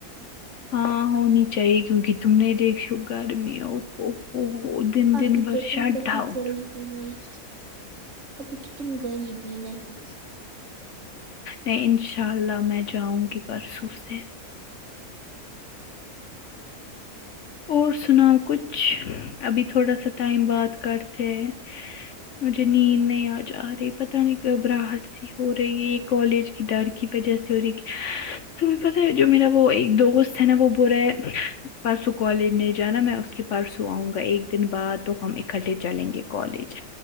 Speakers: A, on the left; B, on the right.
A: ہاں ہونی چاہیے کیونکہ تم نے دیکھو گھر میں اور وہ او دن
B: ابھی
A: دن برشات
B: تو تم کہیں
A: ڈھاؤن
B: گئی بھی نہیں ابھی تو تم گئی بھی نہیں
A: انشاء اللہ میں جاؤں گی پرسوں سے اور سناؤ کچھ ابھی تھوڑا سا ٹائم بات کرتے ہے مجھے نیند نہیں آ جا رہی پتا نہیں گھبراہٹ ہو رہی ہے یہ کالج کی ڈر کی وجہ سے ہو رہی تمہیں پتا جو میرا وہ ایک دوست ہے نا وہ بول رہ ہے پو کالج نہیں جانا میں اس کی پرسوں آؤں گا ایک دن بعد تو ہم اکٹھے چلیں گے کالج